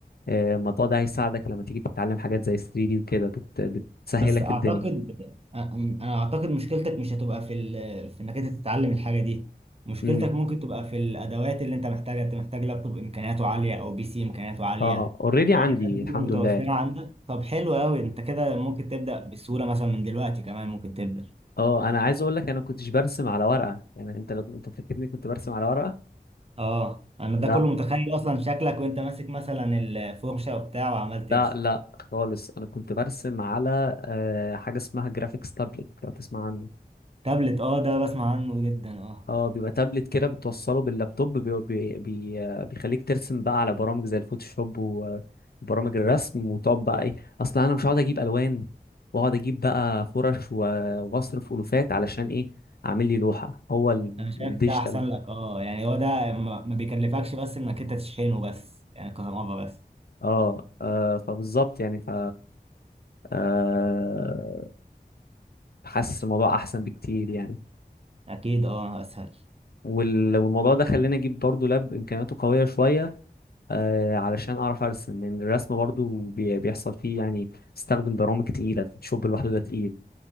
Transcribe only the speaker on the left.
آه، الموضوع ده هيساعدك لما تيجي تتعلم حاجات زي 3 دي وكده بت- بتسهلك
الدنيا
امم
اه اوريدي عندي
الحمد
لله
اه انا عايز اقول لك انا كنتش برسم على ورقه يعني انت لو انت فاكرني كنت برسم على ورقه
لا
لا لا خالص انا كنت برسم على آه، حاجه اسمها جرافيكس تابلت لو تسمع عنها
اه بيبقى تابلت كده بتوصله باللابتوب بي بي بي آه، بيخليك ترسم بقى على برامج زي الفوتوشوب وبرامج الرسم وتقعد بقى ايه اصل انا مش هقعد اجيب الوان واقعد اجيب بقى فرش و- واصرف الوفات علشان ايه اعمل لي لوحة هو ال-
الديجيتال
اه آه، فبالظبط يعني ف آه، حاسس الموضوع احسن بكتير يعني
وال- والموضوع ده خلاني اجيب برضو لاب امكانياته قوية شوية آه، علشان اعرف ارسم لان الرسم برضو بي- بيحصل فيه يعني استخدم برامج تقيله الفوتوشوب لوحده ده تقيل